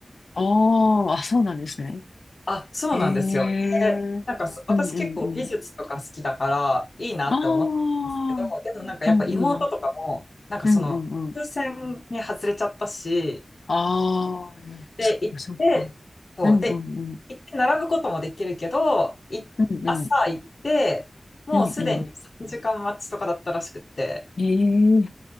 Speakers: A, on the left; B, on the left.
A: ああ、あ、そうなんですね。
B: あ、そうなんですよ。
A: へえ。
B: で、なんかそ私結構美術とか好きだからいいなって思ってるんですけど、
A: うんうんうん。ああ、
B: でもなんかやっぱ妹とかも、
A: うんうん。
B: なんかその、
A: うんうんうん。
B: 風船に外れちゃったし、
A: ああ、
B: で、
A: そっかそっか。
B: 行って、そう、
A: うんうんうん。
B: で、行って並ぶこともできるけど、い、
A: うんうん。
B: 朝行って、もうすでに3時間待ちとかだったらしくって、
A: うんうん。ええ、